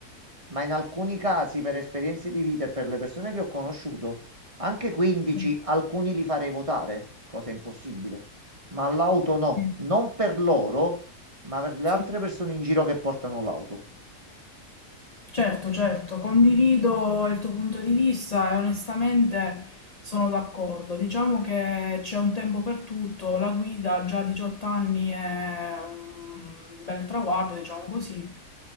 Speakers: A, on the right; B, on the left.
A: ma in alcuni casi per esperienze di vita e per le persone che ho conosciuto, anche 15,
B: sì,
A: alcuni li farei votare, cosa impossibile ma all'auto no,
B: sì.
A: non per loro, ma per le
B: sì.
A: altre persone in giro che portano l'auto.
B: Certo, certo, condivido il tuo punto di vista e onestamente sono d'accordo. Diciamo che c'è un tempo per tutto, la guida già a 18 anni è un bel traguardo, diciamo così.